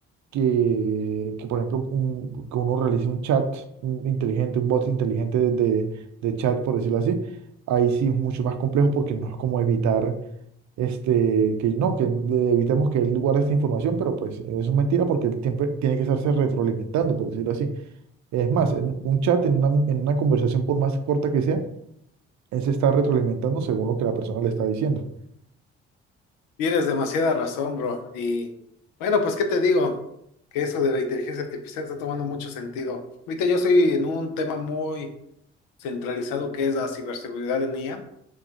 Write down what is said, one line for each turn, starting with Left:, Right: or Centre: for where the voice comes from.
Right: que, que, por ejemplo, un- que uno realice un chat un inteligente, un bot inteligente de, de- de chat, por decirlo así, ahí sí es mucho más complejo porque no es como evitar, este, que no, que le- evitemos que él guarde esta información, pero pues eso es mentira porque él siempre tiene que estarse retroalimentando, por decirlo así. Es más, en un chat, en una, en una conversación, por más corta que sea, él se está retroalimentando según lo que la persona le está diciendo.
Left: Tienes demasiada razón, bro. Y bueno, pues, ¿qué te digo? Que eso de la inteligencia artificial está tomando mucho sentido. Ahorita yo estoy en un tema muy centralizado que es la ciberseguridad en IA